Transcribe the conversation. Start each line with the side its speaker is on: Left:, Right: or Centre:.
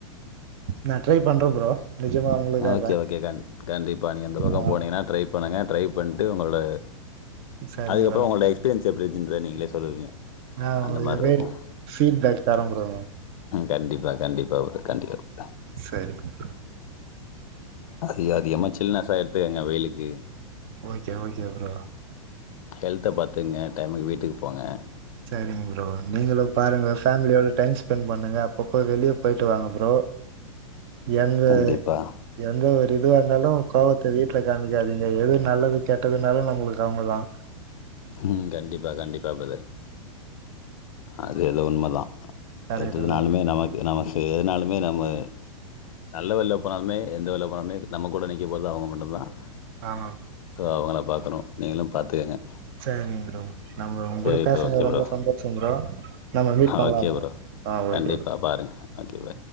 Right: நான் ட்ரை பண்றே ப்ரோ நிஜமா உங்களுக்காக
Left: ஓகே ஓகே கண் கண்டிப்பா நீங்க அந்த பக்கம்
Right: ஆ
Left: போனீங்கன்னா ட்ரை பண்ணுங்க ட்ரை பண்ணிட்டு உங்களோட
Right: சரிங்க
Left: அதுக்கப்புறம் உங்களோட எக்ஸ்பீரியன்ஸ் எப்படின்றதே நீங்களே சொல்லுவீங்க
Right: ஆஹ்
Left: அந்த
Right: உங்க
Left: மாதிரி
Right: ரேட்
Left: இருக்கும்
Right: அண்ட் பீட் பேக் தரேன் ப்ரோ
Left: கண்டிப்பா கண்டிப்பா ஒரு கண்டிப்பா
Right: சரிங்க
Left: அ <inaudible> அ அதது அம் சில்னசாடு <unintelligible> பாத்துக்கங்க வெயிலுக்கு
Right: ஓகே ஓகே ப்ரோ
Left: ஹெல்த பாத்துங்க டைமுக்கு வீட்டுக்கு போங்க
Right: சேரிங்க ப்ரோ நீங்களும் பாருங்க ஃபேமிலியோட டைம் ஸ்பெண்ட் பண்ணுங்க அப்பப்போ வெளியே போயிட்டு வாங்க புரோ எந்த
Left: கண்டிப்பாக
Right: எந்த ஒரு இதுவா இருந்தாலும் கோபத்தை விட்டு காமிக்காதீங்க எது நல்லது கெட்டதுனாலும் நம்மளுக்கு அவங்கதான்
Left: உம் கண்டிப்பா கண்டிப்பா பிரதர் அது ஏதோ உண்மைதான்
Right: கரெக்ட்டு
Left: என்றதுனாலுமே
Right: தா ப்ரோ
Left: நமக்கு நம ஸோ எதனாலுமே நம்ம நல்ல வேலேல போனாலுமே எந்த வேலேல போனாலுமே நம்ம கூட நிற்கப் போறது அவங்க மட்டும்தான்
Right: ஆமா
Left: சோ அவங்கள பார்க்குறோம் நீங்களும் பார்த்துக்கங்க
Right: சரி ப்ரோ நம்ம உங்க
Left: சரி
Right: கூட பேசுனது
Left: ப்ரோ ஓகே
Right: ரொம்ப
Left: ப்ரோ
Right: சந்தோஷம் புரோ நம்ம மீட் பண்ணலாம்
Left: ஓகே
Right: புரோ
Left: ப்ரோ
Right: ஆஹ் ஓகே
Left: கண்டிப்பாக பாருங்கள் ஓகே பாய்